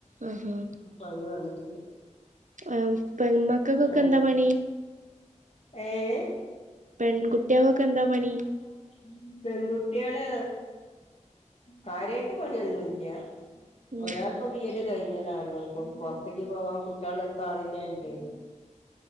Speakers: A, on the right; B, on the left.
A: ആഹാ
B: അപ്പൊ അതിന് വന്നിട്ടുണ്ട്
A: ആഹ് പെമക്കൾക്കൊക്കെ
B: ആഹ്
A: എന്താ പണി?
B: ഏഹ്?
A: പെൺകുട്ടിയാകൊക്കെ എന്താ പണി?
B: <unintelligible> പെൺകുട്ടിയാള് കാര്യായിട്ട് പണി ഒന്നു ഇ ല്ല
A: ഉം
B: ഒരാൾ ഇപ്പൊ ബിഎഡ് എഡ് കഴിഞ്ഞതാണ് ഇപ്പൊ പുറത്തേക്ക് പോവാൻ കുട്ടികളുടെ അടുത്ത് ആളില്ലാഞ്ഞിട്ടേ